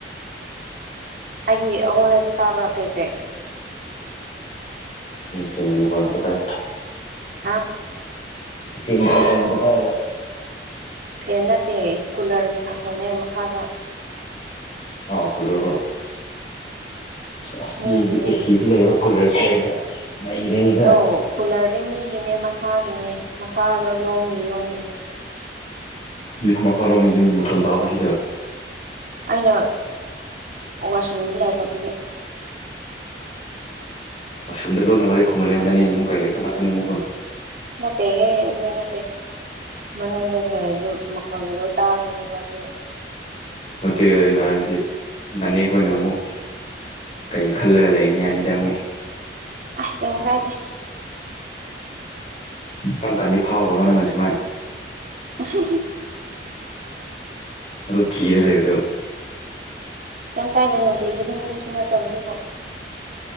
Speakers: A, on the right; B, on the left.
A: ꯑꯩꯒꯤ ꯑꯩꯉꯣꯟꯗꯗꯤ ꯇꯥꯕ꯭ꯔꯥ ꯀꯩꯀꯩ
B: ꯁꯦꯡꯗꯅ ꯀꯣꯔꯣꯏꯅꯠꯇ ꯇꯥꯏ
A: ꯍꯥ
B: ꯁꯤꯅꯤ ꯇꯅ ꯇ ꯇꯑꯒ
A: ꯐꯦꯟ ꯅꯠꯇꯦ ꯑꯩ ꯀꯨꯂꯔꯒꯤ ꯃꯈꯣꯟꯅꯦ ꯃꯈꯥꯗ
B: ꯑ ꯀꯨꯂꯔꯣ ꯑ
A: ꯃꯤꯒꯤꯅꯦ
B: ꯃꯤ ꯑꯦꯁꯤꯁꯨ ꯂꯩꯕ ꯀꯨꯂꯔꯁꯨ ꯂꯩꯕ ꯅꯩꯔꯦꯅꯦꯀꯣ
A: ꯅ ꯀꯨꯂꯔꯗꯤ ꯃꯤꯒꯤꯅꯦ ꯃꯈꯥꯒꯤꯅꯦ ꯃꯈꯥ ꯂꯣꯝꯒꯤ ꯂꯣꯝꯒꯤꯅꯦ
B: ꯌ ꯃꯈꯥꯂꯣꯝꯒꯤ ꯌꯨꯝꯒꯤ ꯃꯈꯣꯟ ꯇꯥꯕꯁꯤꯗ
A: ꯑꯩꯅ ꯋꯥꯁꯔꯨꯝꯗ ꯂꯩꯕꯕꯒꯤ
B: ꯑꯁꯣꯨꯝꯗ ꯂꯣꯟꯅ ꯋꯥꯔꯤ ꯈꯨꯝꯍꯜꯂꯕ ꯅꯅꯤꯅ ꯑꯃꯨꯛ ꯀꯩꯀꯩ ꯈꯠꯂꯛꯀꯅꯤ ꯑꯃꯨꯛ
A: ꯅꯠꯇꯦꯍꯦ ꯑꯗꯨꯏ ꯅꯠꯇꯦ ꯃꯅꯨꯡꯗ ꯂꯩꯔꯗꯤ ꯃꯈꯣꯟꯗꯣ ꯇꯥꯔꯅꯤꯕ ꯑꯗꯨ
B: ꯅꯠꯇꯦꯅꯣ ꯍꯥꯏꯕꯗꯤ ꯅꯅꯦꯦꯛ ꯑꯩꯈꯣꯏꯅ ꯑꯃꯨꯛ ꯀꯩ ꯈꯜꯂꯒ ꯂꯩꯔꯤꯅꯤ ꯌꯥꯅꯤꯗ ꯑꯃꯨꯛ
A: ꯑ ꯀꯦꯅ ꯀꯥꯏꯗ
B: ꯀꯔꯝ ꯀꯥꯟꯗꯤ ꯐꯥꯎꯈ꯭ꯔꯕꯣ ꯅꯪꯅ ꯁꯨꯃꯥꯏꯅ
A: <inaudible>
B: ꯑꯗꯨꯜꯂꯣ ꯀꯤꯔꯦ ꯂꯩꯕꯗꯣ
A: ꯀꯩꯝ ꯀꯥꯏꯗꯦꯅꯣꯗꯤ ꯍꯨꯗꯤꯡꯒꯤꯁꯨ ꯉꯥꯛꯇꯕ ꯑꯗꯨꯕꯨ